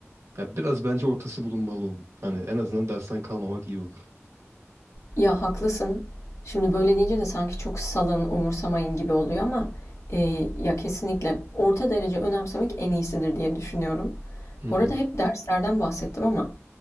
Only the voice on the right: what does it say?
Ya biraz bence ortası bulunmalı onun. Hani en azından dersten kalmamak iyi olur.
Hı hı.